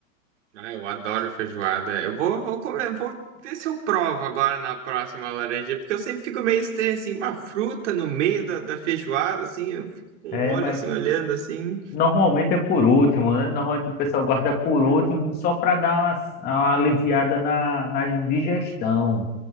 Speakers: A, on the right; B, on the left.
A: Ah, eu adoro feijoada. Eu vou, vou comer, vou ver se eu provo agora na próxima laranja, porque eu sempre fico meio estranho, assim, uma fruta no meio da, da feijoada, assim, eu fico com um
B: É,
A: olho
B: mas
A: assim, olhando assim.
B: normalmente é por último, né? Normalmente o pessoal guarda por último só para dar uma, uma aliviada na, na digestão.